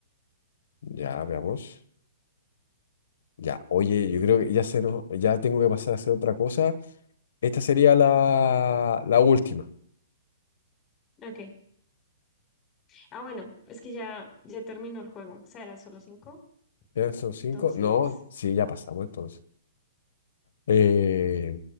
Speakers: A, on the left; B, on the left.
A: Ya, veamos. Ya, oye, yo creo que ya se nos, ya tengo que pasar a hacer otra cosa. Esta sería la, la última.
B: Ok. Ah, bueno, es que ya, ya terminó el juego. O sea, eran solo cinco.
A: ¿Ya son cinco?
B: Entonces,
A: No, sí, ya pasamos entonces. Eh,